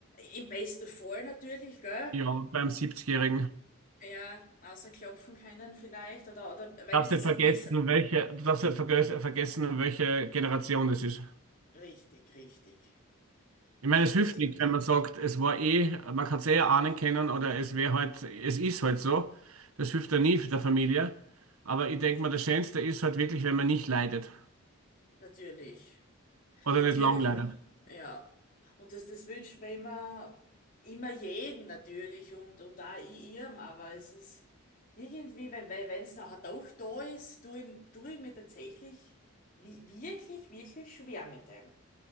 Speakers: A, on the left; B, on the right.
A: im besten Fall natürlich, gell?
B: ja, beim 70-Jährigen.
A: Ja, außer klopfen können vielleicht, oder, oder wenigstens
B: darfst nicht vergessen,
A: ein bisschen.
B: um welche, du darfst nicht verge vergessen, um welche Generation das ist.
A: Richtig, richtig.
B: Ich meine,
A: Na,
B: es
A: das
B: hilft
A: stimmt.
B: nichts, wenn man sagt, es war eh, man kann es eh ahnen können oder es wäre halt, es ist halt so. Das hilft ja nie für der Familie. Aber ich denke mal, das Schönste ist halt wirklich, wenn man nicht leidet
A: Natürlich.
B: oder
A: Natürlich,
B: nicht lang leidet.
A: äh, ja. Und das, das wünscht man immer, immer jeden natürlich und, und auch i- ihrem, aber es ist irgendwie, weil weil wenn es nachher doch da ist, tue ich, tue ich mir tatsächlich wi- wirklich, wirklich schwer mit dem.